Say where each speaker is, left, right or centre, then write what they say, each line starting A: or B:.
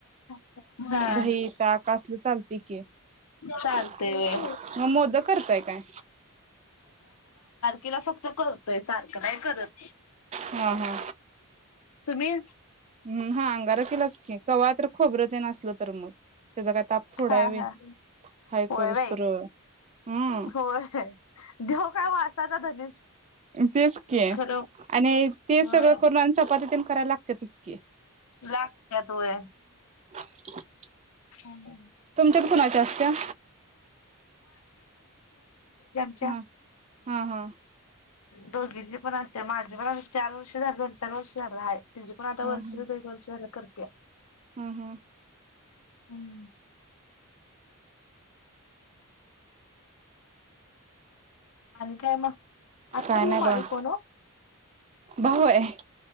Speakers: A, on the left; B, on the right.
A: हम्म हा.
B: दही ताक आसल चालत की,
A: चालतंय
B: मग
A: व्हय.
B: मोदक करताय काय?
A: तिला फक्त करतोय सारखं नाही करत.
B: हा हा
A: तुम्ही
B: हम्म हा अंगारकीलाच की तवा तर खोबरं तेन असलं तर मग त्याचा काय ताप थोडा
A: हा
B: व्हय
A: हा
B: हाय
A: होय
B: करोस्तर
A: बाई
B: हम्म
A: होय देव काय वासाचा धनीस
B: तेच के
A: खरं
B: आणि तेच
A: होय
B: सगळं करून आणि चपाती तेन कराय लागत्यातच कि
A: लागतात व्हय
B: <unintelligible>
A: <unintelligible>
B: तुमच्यात कुणाच्या असत्या?
A: चहा
B: हा हा हा
A: दोघींचे पण असत्याय, माझे पण चार वर्ष झाले दोन चार वर्ष झालं हाय. त्याचे पण आता
B: हम्म
A: वर्ष
B: हम्म
A: दीड वर्ष झालं कर <unintelligible>
B: हम्म हम्म
A: हम्म आणि काय मग अथर्व
B: काय नाही
A: माळी
B: बघा
A: कोन हो?
B: भाऊ हाय.